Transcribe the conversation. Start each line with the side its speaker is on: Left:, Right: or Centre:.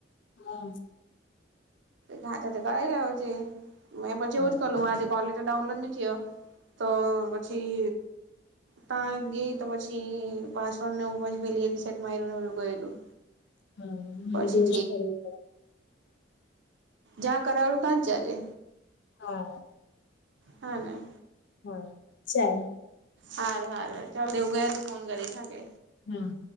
Left: હા
Right: ઘાટ કરાવી લાવજે મેં પણ
Left: હા
Right: જેવું જ કરી લગ આજ કોલેજ ડાઉનલોડ ન થયો તો પછી ત્યાં ગઈ તો પછી પાસવર્ડનુ એવુ પછી પેલી રીસેટ મારી્યું ને બધું કર્યું
Left: હા મારે પણ
Right: પછી
Left: એવું જ કરવું પડે
Right: જ્યા કરાવયુ ત્યા જ જાજે
Left: હા
Right: હા ના
Left: હા ચાલ
Right: હારું હારું ચાલ દવ ગયા તો ફોન કરી થકે.
Left: હા